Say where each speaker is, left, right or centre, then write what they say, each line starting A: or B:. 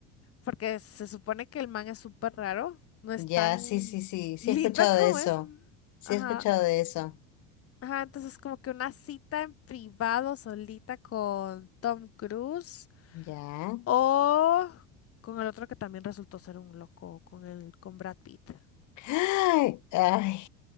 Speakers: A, on the left; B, on the left.
A: porque se supone que el man es súper raro. No es
B: ya,
A: tan
B: sí, sí, sí,
A: <laughs>
B: sí
A: lindo
B: he escuchado
A: como
B: de eso.
A: es.
B: Sí
A: Ajá.
B: he escuchado de eso.
A: Ajá, entonces como que una cita en privado solita con Tom Cruise
B: Ya.
A: o con el otro que también resultó ser un loco, con el con Brad Pitt.
B: <gasps> Ay, ay.